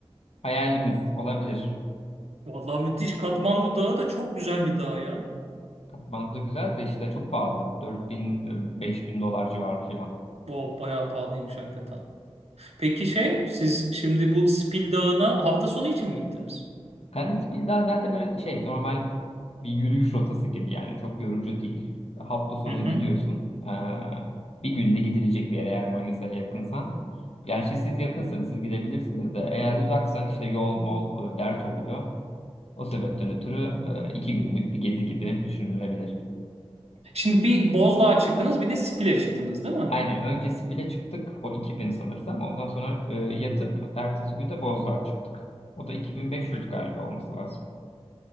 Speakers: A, on the left; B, on the right.
A: hayalimiz olabilir.
B: Vallahi müthiş. Katmandu Dağı da çok güzel bir dağ ya.
A: Katmandu güzel de işte çok pahalı. dört bin e, bin dolar civarı falan.
B: O bayağı pahalıymış hakikaten. Peki şey siz şimdi bu Spil Dağı'na hafta sonu için mi gittiniz?
A: Kalispil daha zaten böyle şey normal bir yürüyüş rotası gibi yani çok yorucu değil. Hafta sonu
B: Hı hı.
A: gidiyorsun. Ee, bir günde gidilecek bir yer eğer Manisa'ya yakınsan. Gerçi siz yakınsanız siz gidebilirsiniz de eğer uzaksan işte yol mol e, dert oluyor. O sebepten ötürü e, iki günlük bir gezi gibi düşünülebilir.
B: Şimdi bir Bozdağ'a çıktınız bir de Spil'e çıktınız değil mi?
A: Aynen önce Spil'e çıktık o 2000 sanırsam ondan sonra e, yatıp ertesi gün de Bozdağ'a çıktık. O da 2500 galiba olması lazım.